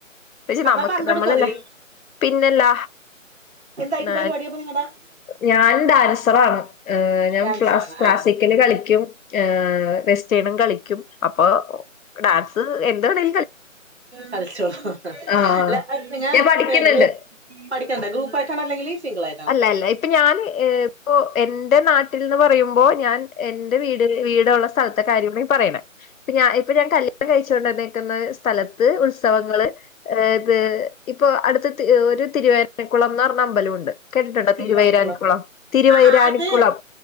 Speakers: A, on the left (about 80°); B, on the right (about 55°).
A: പക്ഷെ
B: അപ്പൊ
A: നമ്മക്ക്
B: പങ്കെടുക്കുവോ
A: നമ്മളല്ലേ
B: അതില്
A: പിന്നെല്ലാ
B: എന്തായിരിക്കും
A: ഞാ
B: പരിപാടി അപ്പൊ നിങ്ങടെ
A: ഞാൻ ഡാൻസറാണ് ഏഹ് ഞാൻ
B: ഡാൻസറാണ്
A: ക്ലാസ്സി ക്ലാസിക്കല്
B: ആ ആ
A: കളിയ്ക്കും ഏഹ് വെസ്റ്റേണും കളിയ്ക്കും അപ്പൊ ഡാൻസ് എന്താണേലും
B: കളിച്ചോ
A: ആഹ്
B: അല്ല നിങ്ങാ
A: ഞാൻ പഠിക്കുന്നുണ്ട്
B: ഗ്രൂപ്പ് പഠിക്കേണ്ടെ ഗ്രൂപ്പ് ആയിട്ടാണോ അല്ലെങ്കിൽ സിംഗിൾ ആയിട്ട്
A: അല്ല അല്ല ഇപ്പൊ ഞാൻ ഇപ്പോ എന്റെ നാട്ടിൽന്ന് പറയുമ്പോ ഞാൻ എന്റെ വീടുള്ള സ്ഥലത്തെ കാര്യങ്ങളാ പറയണേ ഇ ഞാൻ ഇപ്പൊ ഞാൻ കല്യാണം കഴിച്ചു കൊണ്ടന്നേക്കുന്ന സ്ഥലത്ത് ഉത്സവങ്ങള് ഏ ഇത് ഇപ്പൊ അടുത്ത് ഒരു തിരുവനകുളംന്ന് പറഞ്ഞ അമ്പലമുണ്ട് കേട്ടിട്ടുണ്ടാ
B: തിരുവാണിക്കുളം
A: തിരുവൈരാണിക്കുളം തിരുവൈരാണിക്കുളം
B: ആ ആ അത്